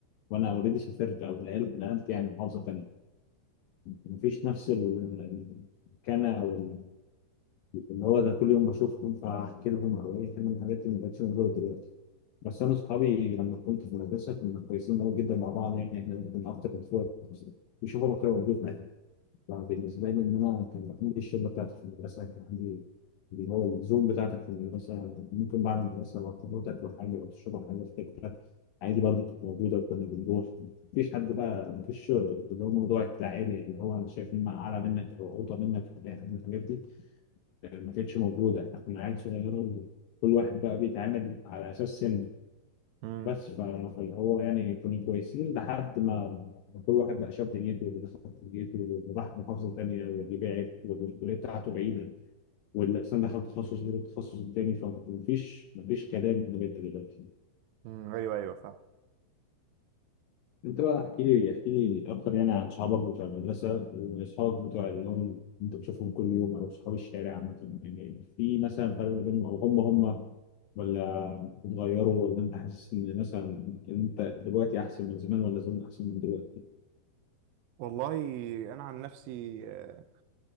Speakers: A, on the left; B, on the right.
A: وأنا أوريدي سافرت أو نقلت نقلت يعني محافظة تانية مفيش نفس ال- المكانة أو ال- اللي هو ده كل يوم بشوفهم فأحكي لهم أو أي حاجة من الحاجات اللي ما كانتش موجودة دلوقتي بس أنا أصحابي لما كنت في المدرسة كنا كويسين أوي جدا مع بعض يعني إحنا كنا أكتر من إخوات أصلا بيشوفوا بكرة موجود معايا لا، بالنسبة لي إن أنا كان عندي الشلة بتاعتي في المدرسة كان عندي اللي هو الزوم بتاعتك في المدرسة ممكن بعد المدرسة لو تروحوا تاكلوا حاجة أو تشربوا حاجة في حتة عادي برضه كانت موجودة وكنا بنروح مفيش حد بقى مفيش اللي هو موضوع التعالي اللي هو أنا شايف إن أنا أعلى منك أو أوطى منك أو أي حاجة من الحاجات دي ما كانتش موجودة إحنا كنا عيال صغيرة وكل واحد بقى بيتعامل على أساس سن
B: امم
A: بس ف- فاللي هو يعني كنا كويسين لحد ما كل واحد بقى شاف دنيته واللي دخل كليته واللي راح محافظه تانيه واللي بعد والكليه بتاعته بعيده واللي اصلا دخل تخصص غير التخصص التاني فمفيش مفيش كلام بجد دلوقتي.
B: امم ايوه ايوه فاهم
A: انت بقى احكي لي احكي لي اكتر يعني عن صحابك بتوع المدرسه واصحابك بتوع اليوم اللي انت بتشوفهم كل يوم او صحاب الشارع عامه يعني في مثلا فرق ما بينهم او هم هم ولا اتغيروا ولا انت حاسس ان مثلا انت دلوقتي احسن من زمان ولا زمان احسن من دلوقتي؟
B: والله انا عن نفسي آه،